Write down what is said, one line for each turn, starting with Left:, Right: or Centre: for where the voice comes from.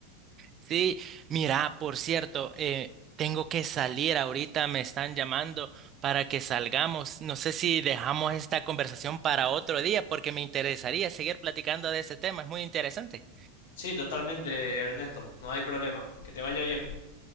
Right: sí. Mira, por cierto, eh, tengo que salir ahorita, me están llamando para que salgamos. No sé si dejamos esta conversación para otro día porque me interesaría seguir platicando de ese tema, es muy interesante.
Left: Sí, totalmente, Ernesto. No hay problema. Que te vaya bien.